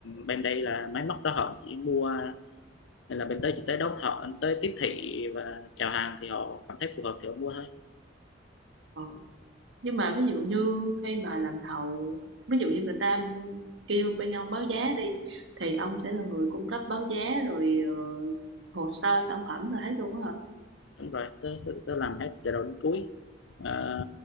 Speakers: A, on the left; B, on the right.
A: bên đây là máy móc đó họ chỉ mua nên là bên tới chỉ tới đấu thầu tới tiếp thị và chào hàng thì họ cảm thấy phù hợp thì họ mua thôi
B: Ờ. nhưng mà ví dụ như khi mà làm thầu ví dụ như người ta kêu bên ông báo giá đi thì ông sẽ là người cung cấp báo giá rồi ờ, hồ sơ sản phẩm rồi hết luôn á hả
A: đúng rồi tớ sẽ- tớ làm hết từ đầu đến cuối Ờ,